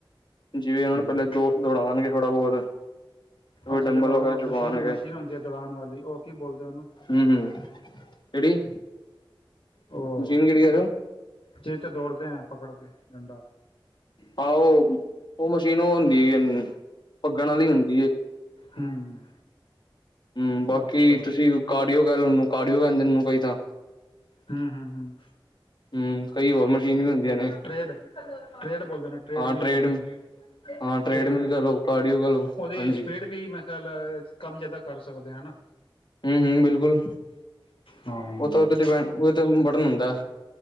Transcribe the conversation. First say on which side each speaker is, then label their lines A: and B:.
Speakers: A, on the left; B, on the left.
A: ਜਿਵੇਂ
B: ਠੀਕ
A: ਉਹਨਾਂ ਨੂੰ, ਪਹਿਲੇ ਦੋੜ ਦੌੜਾਉਣਗੇ। ਥੋੜਾ ਬਹੁਤ ਕੋਈ
B: ਅੱਛਾ,
A: ਡੰਬਲ
B: ਜਿਹੜਾ ਉਹ
A: ਵਗੈਰਾ ਚੁਕਾਉਣਗੇ
B: ਮਸ਼ੀਨ -ਮਸ਼ੀਨ ਹੁੰਦੀ ਹੈ ਦੌੜਾਉਣ ਵਾਲੀ ਉਹ ਕੀ ਬੋਲਦੇ ਉਹਨੂੰ?
A: ਹੂੰ-ਹੂੰ ਕਿਹੜੀ
B: ਉਹ
A: ਮਸ਼ੀਨ ਕਿਹੜੀ ਕਹਿ ਰਹੇ ਹੋ
B: ਚੀਤੇ ਦੌੜਦੇ ਹੈ, ਪਕੜ ਕੇ ਡੰਡਾ
A: ਆੋ <inaudible> ਉਹ ਮਸ਼ੀਨ ਉਹ ਹੁੰਦੀ ਹ ਪੱਗਣ ਵਾਲੀ ਹੁੰਦੀ <inaudible>
B: ਹੂੰ,
A: ਹੂੰ, ਬਾਕੀ
B: ਅੱਛਾ
A: ਤੁਸੀਂ ਕਾਰਡੀਓ ਕਹਿ ਲਓੂ ਕਾਰਡੀਓ ਕਹਿੰਦੇ ਨੂੰ ਕੋਈ ਤਾਂ
B: ਹੂੰ-ਹੂੰ-ਹੂੰ,
A: ਹੂੰ ਕਈ ਹੋਰ ਮਸ਼ੀਨ ਵੀ ਹੁੰਦੀਆਂ ਨੇ
B: ਟਰੇਡ ਟਡ ਬੋਲਦੇ ਨੇ ਟਰੇਡ
A: ਹਾਂ
B: ਮੀਲ
A: ਟ੍ਰੇਡ
B: ਪਤਾ ਨੀ
A: ਹਾਂ ਟ੍ਰੇਡ
B: ਟਰੇਡ ਮੀਲ
A: ਮਿਲ
B: ਬੋਲਦੇ
A: ਕਰ ਲੋ ਕਾਰਡੀਓ ਕਰ ਲੋ
B: ਦੀ
A: ਹਾਂਜੀ
B: ਸਪੀਡ ਵੀ ਮੈਂ ਖਿਆਲ ਕੰਮ ਜਿਆਦਾ ਕਰ ਸਕਦੇ ਆ ਹਨਾ।
A: ਹੂੰ ਹੂੰ ਬਿਲਕੁਲ
B: ਹਾਂ
A: ਉਹ ਤਾਂ ਉਤੇ ਡਿਪੈਂਡ ਉਹ ਤੇ ਬਟਨ ਹੁੰਦਾ।